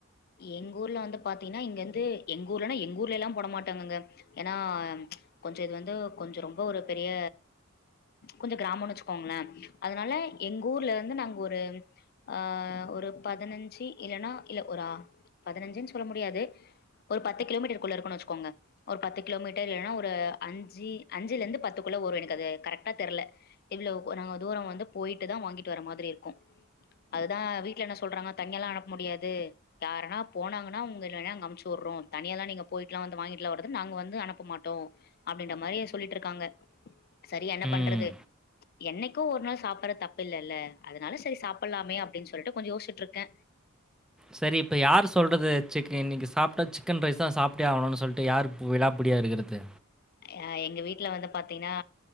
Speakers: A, on the left; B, in the centre.
A: எங்க ஊர்ல வந்து பாத்தீங்கன்னா இங்கந்து எங்க ஊர்லன்னா எங்க ஊர்ல எல்லா போட மாட்டாங்கங்க ஏன்னா கொஞ்சோ இது வந்து கொஞ்சோ ரொம்ப ஒரு பெரிய கொஞ்சோ கிராமனு வெச்சுக்கோங்களே அதனால எங்க ஊர்ல வந்து நாங்க ஒரு ஆஹ் ஒரு பதினஞ்சு இல்லன்னா இல்ல ஒரு பதினஞ்சுன்னு சொல்ல முடியாது ஒரு பத்து கிலோமீட்டருக்குள்ள இருக்கோன்னு வெச்சுக்கோங்க ஒரு பத்து கிலோமீட்டர் இல்லைன்னா ஒரு அஞ்சு அஞ்சுல இருந்து பத்துக்குள்ள வரோ அது எனக்கு அது கரெக்டா தெரியல இவ்ளோ நாங்க தூரோ வந்து போயிட்டு தா வாங்கிட்டு வர மாரி இருக்கும் அதுதா வீட்டுல என்ன சொல்றாங்க தனியால்லா அனுப்ப முடியாது யார்னா போனாங்கன்னா உங்க இல்ல அங்க அம்சிவுட்றோ தனியால்லா நீங்க போயிட்டுல்லா வந்து வாங்கிட்டுலா வர்றதுன்னா நாங்க வந்து அனுப்ப மாட்டோ அப்டின்ற மாரி சொல்லிட்டு இருக்காங்க சரி என்ன
B: ம்.
A: பண்றது என்னைக்கோ ஒரு நாள் சாப்புட்டுறது தப்பு இல்லல்ல அதனால சேரி சாப்புட்லாமே அப்டின்னு சொல்லிட்டு கொஞ்சோ யோசிட்டு இருக்கே
B: சரி இப்ப யார் சொல்றது சிக்கன் இன்னைக்கு சாப்டா சிக்கன் ரைஸ்தா சாப்டே ஆகணும்னு சொல்லிட்டு யார் விடாப்புடியா இருக்கறது
A: அஹ எங்க வீட்டுல வந்து பாத்தீங்கன்னா